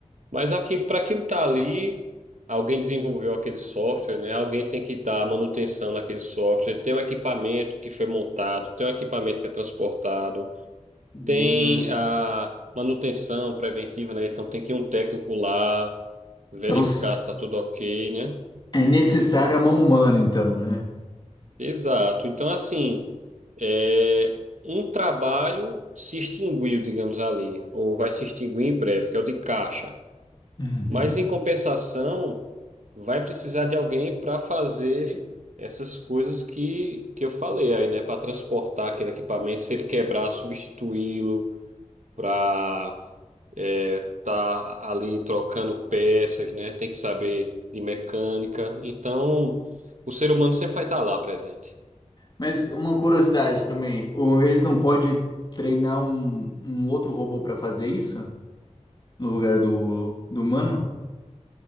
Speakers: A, on the right; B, on the left.
A: Mas aquilo, para aquilo tá ali, alguém desenvolveu aquele software, né? Alguém tem que dar manutenção naquele software. Tem um equipamento que foi montado, tem um equipamento que é transportado,
B: Uhum.
A: tem a manutenção preventiva, né? Então tem que ir um técnico lá verificar
B: Então s-
A: se está tudo ok, né?
B: é necessária a mão humana, então, né?
A: Exato. Então, assim, é, um trabalho se extinguiu, digamos ali, ou vai se extinguir em breve, que é o de caixa.
B: Uhum.
A: Mas, em compensação, vai precisar de alguém para fazer essas coisas que, que eu falei aí, né? Para transportar aquele equipamento, se ele quebrar, substituí-lo, para estar ali trocando peças, né? Tem que saber de mecânica. Então, o ser humano sempre vai estar lá presente.
B: Mas uma curiosidade também, o- eles não podem treinar um, um outro robô para fazer isso no lugar do, do humano?